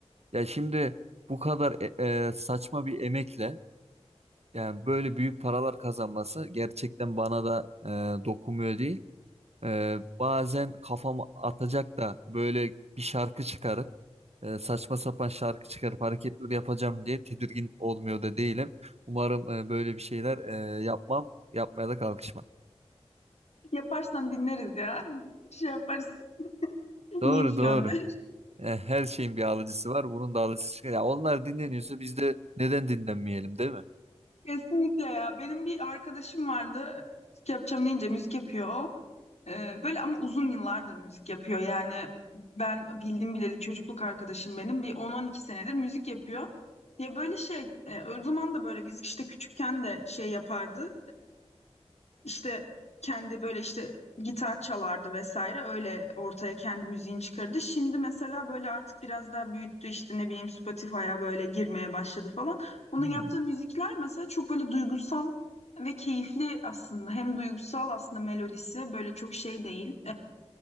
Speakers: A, on the right; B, on the left.
A: ya şimdi bu kadar e, e, saçma bir emekle yani böyle büyük paralar kazanması gerçekten bana da e, dokunmuyor değil. E, bazen kafamı atacak da böyle bir şarkı çıkarıp e, saçma sapan şarkı çıkarıp hareketler yapacağım diye tedirgin olmuyor da değilim. Umarım e, böyle bir şeyler e, yapmam, yapmaya da kalkışmam.
B: yaparsan dinleriz ya <laughs> şey yaparız
A: Doğru
B: link
A: doğru.
B: gönder
A: E, her şeyin bir alıcısı var, bunun da alıcısı çıkar. Ya onlar dinleniyorsa biz de neden dinlenmeyelim, değil mi?
B: Kesinlikle ya. Benim bir arkadaşım vardı. Müzik yapacağım deyince müzik yapıyor. o. Ee, böyle ama uzun yıllardır müzik yapıyor. Yani ben bildim bileli çocukluk arkadaşım benim. Bir 10-12 senedir müzik yapıyor. Ya böyle şey, e, o zaman da böyle biz işte küçükken de şey yapardı. İşte kendi böyle işte gitar çalardı vesaire öyle ortaya kendi müziğini çıkardı. Şimdi mesela böyle artık biraz daha büyüttü işte ne bileyim Spotify'a böyle girmeye başladı falan. Onun
A: Hmm.
B: yaptığı müzikler mesela çok böyle duygusal ve keyifli aslında. Hem duygusal aslında melodisi böyle çok şey değil.